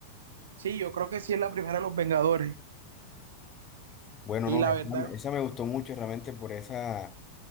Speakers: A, on the right; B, on the left.
A: Sí, yo creo que sí es la primera de los Vengadores.
B: Bueno,
A: Y
B: no,
A: la
B: esa,
A: verdad,
B: me esa me gustó mucho realmente por esa,